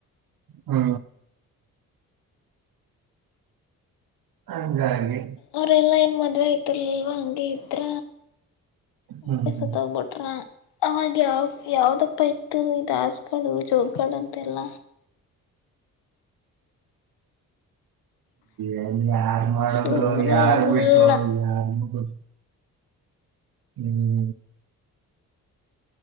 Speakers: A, on the right (about 55°); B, on the left (about 70°).
A: ಹ್ಮ ಹಂಗೆ
B: ಅವರೆಲ್ಲ ಏನು ಮದುವೆ ಆಐತರಲ್ವ ಹಂಗಗೆ ಇದ್ರ ಹಂಗೆ
A: ಹ್ಮ್
B: ಸತ್ತೋಗ್ಬಿಟ್ರಾ ಅವಾಗ ಯಾವ ಯಾವ್ದಪ್ಪ ಇತ್ತು ದಾಸ್ಗಳು ಜೋಗಗಳು ಅಂತೆಲ್ಲ
A: ಏನ್ ಯಾರ್ ಮಾಡದ್ರು
B: ಸುಮ್ಮನೆ
A: ಯಾರ್
B: ಎಲ್ಲ
A: ಬಿಟ್ರು ಯಾರ್ ಮುಗರು ಹ್ಮ್